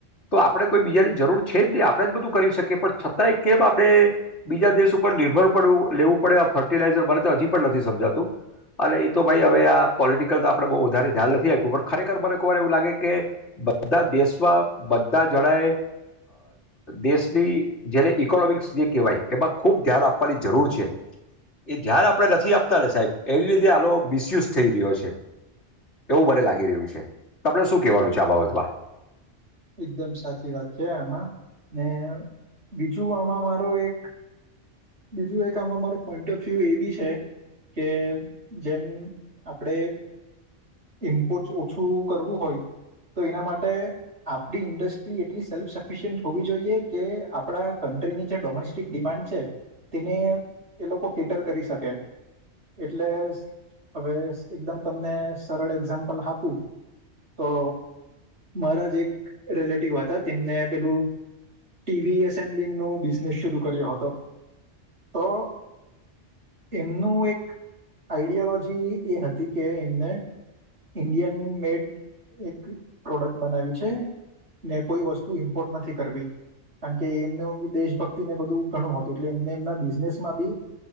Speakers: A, on the left (about 75°); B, on the right (about 70°).
A: તો આપણે કોઈ બીજાની જરૂર છે જ નહી આપણે જ બધું કરી શકીએ પણ છતાંય કેમ આપણે બીજા દેશ ઉપર નિર્ભર પડું લેવું પડે ફર્ટિલાઈઝર બને તો હજી પણ નથી સમજાતું અને એ તો ભાઈ હવે આ પોલિટિકલ તો આપણે બહુ વધારે. ધ્યાન નથી આપ્યું પણ ખરેખર મને કર એવું લાગે કે બધા દેશમાં બધા જણાએ દેશની જેને ઈકોનોમિક્સ જે કહેવાય એમાં ખૂબ ધ્યાન આપવાની જરૂર છે એ ધ્યાન આપણે નથી આપતા લ સાહેબ એની લીધે આનો મિસયુઝ થઈ રહ્યો છે. એવું મને લાગી રહ્યું છે તમને શું કેહેવાનું છે આ બાબતમાં.
B: એકદમ સાચી વાત છે આમાં ને બીજું આમાં મારો એક બીજું એક આમાં મારો પોઈન્ટ ઓફ વ્યુ એ બી છે કે જેમ આપડે ઇમ્પોર્ટ ઓછું કરવું હોય તો એના માટે. આપણી ઇન્ડસ્ટ્રી એટલી સેલ્ફ સફિશિયન્ટ હોવી જોઈએ કે આપણા કન્ટ્રીની જે ડોમેસ્ટિક ડિમાન્ડ છે તેને એ લોકો કેટર કરી શકે એટલે હવે એકદમ તમને સરળ એક્ઝામ્પલ આપું તો મારા જ એક. રિલેટિવ હતા તેમને પેલું ટીવી એસેમ્બલિંગ ન બિઝનેસ શર કર્યો હતો તો એમનું એક આઈડિયોલોજી એ હતી કે એમને ઇન્ડિયન મેડ એક પ્રોડક્ટ બનાવી છે. ને કોઈ વસ્તુ ઇમ્પોર્ટ નથી કરવી કારણ કે એમનું દેશભક્તિને બધું ઘણું હતું એટલે એમને એમના બિઝનેસમાં બી